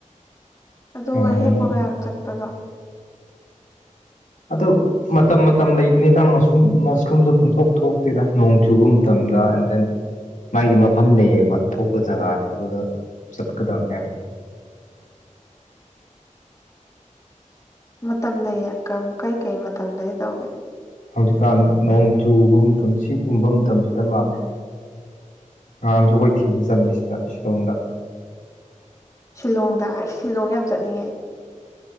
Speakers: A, on the left (about 25°); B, on the left (about 75°).
A: ꯑꯗꯨꯒ
B: ꯅꯨꯡꯉꯥꯏꯅꯤ
A: ꯍꯦꯛꯄꯒ ꯌꯥꯝ ꯆꯠꯄꯗꯣ
B: ꯑꯗꯨ ꯃꯇꯝ ꯃꯇꯝ ꯂꯩꯕꯅꯤꯗ ꯃꯁꯔꯨꯝ ꯃꯁꯔꯨꯝꯖꯨ ꯄꯨꯡꯊꯣꯛ ꯊꯣꯛꯇꯦꯗ ꯅꯣꯡ ꯆꯨꯕ ꯃꯇꯝꯗ ꯑꯦꯟ ꯗꯦꯟ ꯃꯥꯒꯤ ꯃꯐꯝ ꯂꯩꯌꯦꯕ ꯊꯣꯛꯄ ꯖꯒꯥꯗꯣ ꯑꯗꯨꯗ ꯆꯠꯀꯗꯕꯅꯦꯕ
A: ꯃꯇꯝ ꯂꯩꯌꯦ ꯀꯝ ꯀꯩꯀꯩ ꯃꯇꯝꯗꯗꯤ ꯇꯧꯒꯦ
B: ꯍꯧꯖꯤꯛꯀꯥꯟ ꯅꯣꯡ ꯆꯨꯕ ꯃꯇꯝ ꯁꯤ ꯒꯨꯝꯕ ꯃꯇꯝꯁꯤꯗ ꯃꯥꯜꯂꯦ ꯉꯍꯥꯟꯁꯨ ꯑꯩꯈꯣꯏ ꯊꯤꯕ ꯆꯠꯂꯤ ꯁꯤꯗ ꯁꯤꯂꯣꯡꯗ
A: ꯁꯤꯂꯣꯡꯗ ꯑꯩꯁ ꯁꯤꯂꯣꯡ ꯌꯥꯝ ꯆꯠꯅꯤꯡꯉꯦ ꯑꯩ